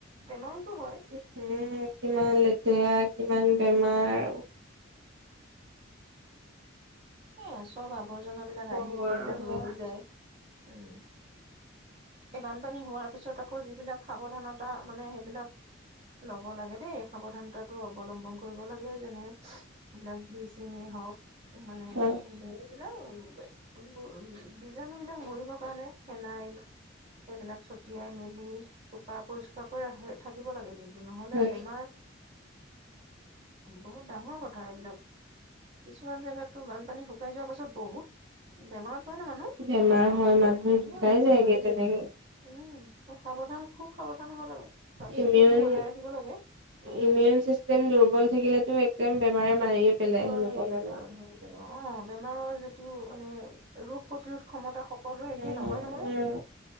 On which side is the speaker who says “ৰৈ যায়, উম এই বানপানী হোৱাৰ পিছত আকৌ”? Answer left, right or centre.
Right